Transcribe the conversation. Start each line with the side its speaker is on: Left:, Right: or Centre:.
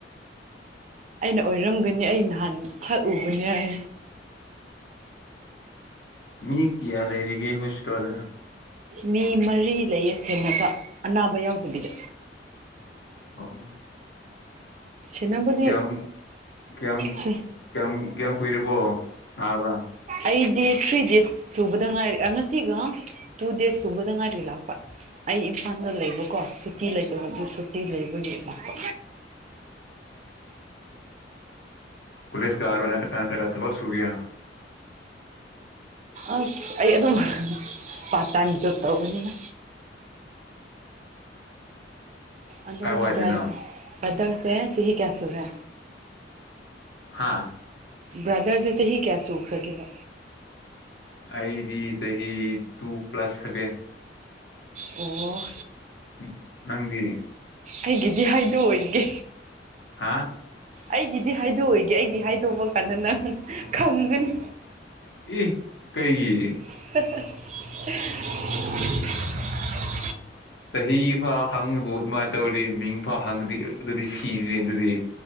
Right: ꯑꯩꯅ ꯑꯣꯏꯔꯝꯒꯅꯤ ꯑꯩ ꯅꯍꯥꯟ ꯁꯛꯎꯕꯅꯦ ꯍꯥꯏ
Left: ꯃꯤ ꯀꯌꯥ ꯂꯩꯔꯤꯒꯦ ꯍꯣꯁꯄꯤꯇꯥꯜꯗ
Right: ꯃꯤ ꯃꯔꯤ ꯂꯩꯌꯦ ꯁꯦꯟꯅꯕ ꯑꯅꯥꯕ ꯌꯥꯎꯗꯕꯤꯗ
Left: ꯑꯣ
Right: ꯁꯦꯟꯅꯕꯗꯤ
Left: ꯀꯌꯥꯝ ꯀꯌꯥꯝ
Right: ꯁꯦ
Left: ꯀꯌꯥꯃꯨꯛ ꯀꯌꯥꯝ ꯀꯨꯢꯔꯕꯣ ꯅꯥꯕ
Right: ꯑꯩꯗꯤ ꯊ꯭ꯔꯤ ꯗꯦꯖ ꯁꯨꯕꯗ ꯉꯥꯏꯔꯦ ꯉꯁꯤꯒ ꯇꯨ ꯗꯦꯁ ꯁꯨꯝꯗ ꯉꯥꯏꯔꯤ ꯂꯥꯛꯄ ꯑꯩ ꯏꯝꯐꯥꯜꯗ ꯂꯩꯕꯀꯣ ꯁꯨꯇꯤ ꯂꯩꯇꯕꯒꯤ ꯁꯨꯇꯤ ꯂꯩꯕꯒꯤ ꯂꯥꯛꯄ
Left: <inaudible> ꯄꯨꯂꯤꯁ ꯀꯥ ꯋꯥ ꯇ ꯀꯇ ꯊꯕꯛ ꯁꯨꯒ
Right: ꯑꯁ ꯑꯩ ꯑꯗꯨꯝ ꯄꯥꯔꯠ ꯇꯥꯏꯝ ꯖꯣꯕ ꯇꯧꯕꯅꯤꯗ
Left: <inaudible>
Right: ꯑꯗꯣ
Left: ꯀꯥꯏ ꯋꯥꯏꯗꯅꯣ
Right: ꯕ꯭ꯔꯥꯗꯔꯁꯦ ꯆꯍꯤ ꯀꯌꯥ ꯁꯨꯔꯦ
Left: ꯍꯥꯥ
Right: ꯕ꯭ꯔꯗꯔꯁꯦ ꯆꯍꯤ ꯀꯌꯥ ꯁꯨꯈ꯭ꯔꯒꯦꯕ
Left: ꯑꯩꯗꯤ ꯆꯍꯤ ꯇꯨ ꯄ꯭ꯂꯁ ꯁꯕꯦꯟ
Right: ꯑꯣ
Left: ꯎ ꯅꯪꯗꯤ
Right: ꯑꯩꯒꯤꯗꯤ ꯍꯥꯏꯗꯣꯛ ꯑꯣꯏꯒꯦ
Left: ꯍꯥꯥ
Right: ꯑꯩꯒꯤꯗꯤ ꯍꯥꯏꯗꯣꯛꯑꯣꯢꯒꯦ ꯑꯩꯒꯤ ꯍꯥꯏꯗꯣꯛꯄ ꯀꯟꯅ ꯅꯪ ꯈꯪꯒꯅꯤ
Left: ꯏ ꯀꯩꯒꯤ
Right: <unintelligible>
Left: ꯆꯍꯤ ꯐꯥꯎ ꯍꯪꯕꯕꯨ ꯑꯗꯨꯃꯥꯏꯅ ꯇꯧꯗꯤ ꯃꯤꯡ ꯐꯥꯎ ꯍꯪꯉꯗꯤ ꯑꯗꯨꯗꯤ ꯁꯤꯔꯤꯅꯤ ꯑꯗꯨꯗꯤ